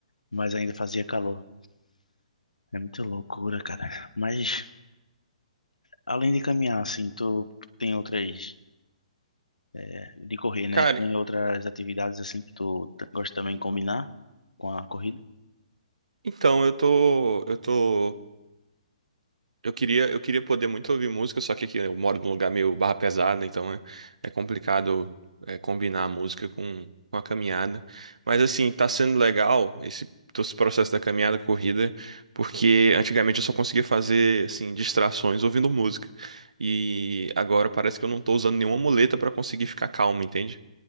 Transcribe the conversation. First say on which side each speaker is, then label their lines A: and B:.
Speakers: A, on the left (about 85°); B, on the right (about 70°).
A: mas ainda fazia calor. É muita loucura, cara. Mas além de caminhar, assim, tu tem outras é, de correr, né?
B: Cara,
A: Tem outras atividades assim que tu t- gosta também de combinar com a corrida?
B: Então, eu tô, eu tô, eu queria, eu queria poder muito ouvir música, só que aqui eu moro num lugar meio barra pesada, então é, é complicado é, combinar a música com, com a caminhada. Mas assim, tá sendo legal esse, todo esse processo da caminhada, corrida, porque antigamente eu só conseguia fazer assim distrações ouvindo música. E agora parece que eu não tô usando nenhuma muleta pra conseguir ficar calmo, entende?